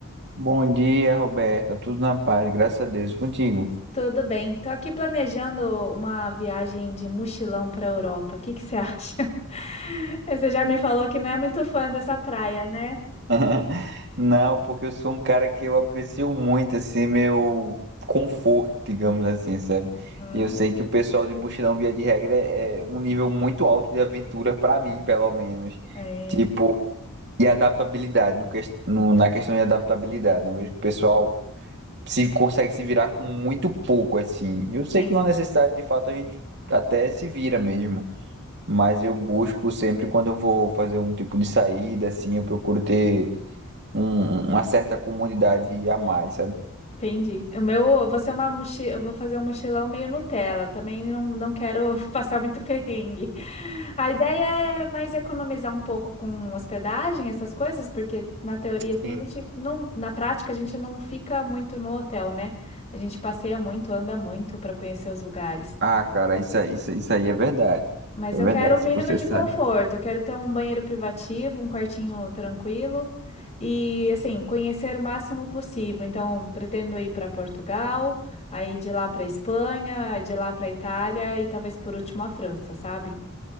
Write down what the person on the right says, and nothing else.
Bom dia, Roberta. Tudo na paz, graças a Deus, E contigo.
<laughs> Não, porque eu sou um cara que eu aprecio muito, assim, meu conforto, digamos assim, sabe?
E eu sei que o pessoal de Mochilão, via de regra, é é um nível muito alto de aventura pra mim, pelo menos.
Tipo, e adaptabilidade, no ques- no- na questão de adaptabilidade, né? Eu vejo que O pessoal se consegue se virar com muito pouco, assim. Eu sei
que não há necessidade, de fato, a gente até se vira mesmo. Mas eu busco sempre quando eu vou fazer um tipo de saída, assim, eu procuro ter um- uma certa comunidade a mais, sabe?
Sim.
Ah, cara, isso, aí- isso, isso aí é verdade.
É
verdade,
se você
sai.